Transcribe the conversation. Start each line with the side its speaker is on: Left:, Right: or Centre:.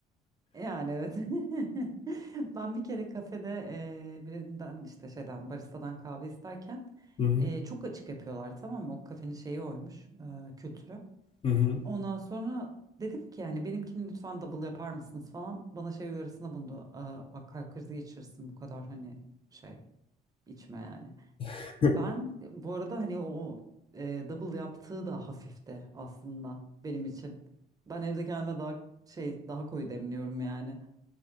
Right: Yani evet. <laughs> Ben bir kere kafede eee, birinden işte şeyden baristadan kahve isterken
Left: Hı hı.
Right: eee, çok açık yapıyorlar tamam mı? O kafenin şeyi oymuş eee, kültürü.
Left: Hı hı.
Right: Ondan sonra dedim ki yani benimkini lütfen double yapar mısınız falan. Bana şey uyarısında bulundu. "Aa, bak kalp krizi geçirirsin bu kadar hani şey içme yani.
Left: <laughs>
Right: Ben bu arada hani o e, double yaptığı da hafifti aslında benim için. Ben evde kendime daha şey daha koyu demliyorum yani.